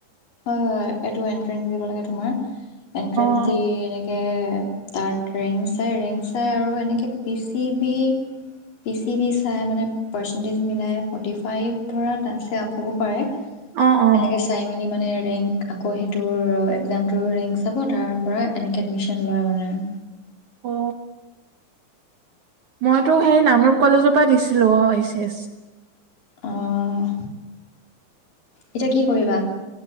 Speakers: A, on the left (about 50°); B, on the right (about 60°).
A: হয় হয় এইটো এনট্ৰেঞ্চ দিব লাগে তোমাৰ এন্টেঞ্চ
B: অ
A: দি এ তাত ৰেংক চাই ৰেংক চাই আৰু এনেকে P C B P C B চাই মানে পাৰ্চেন্টেজ মিলাই ফৰ্টি ফাইভ ধৰা তাত চেয়াপ হ'ব পাৰে
B: অ অ
A: এনেকে চাই ম ৰেংক আকৌ সেইটোৰ এক্সামটোৰ ৰেংক চাব, তাৰ পৰা এনেকে এডমিছন লয় মানে আৰু।
B: অ। মইতো সেই নামৰূপ কলেজৰ পৰা দিছিলো এইচ এচ।
A: অ', এতিয়া কি কৰিবা?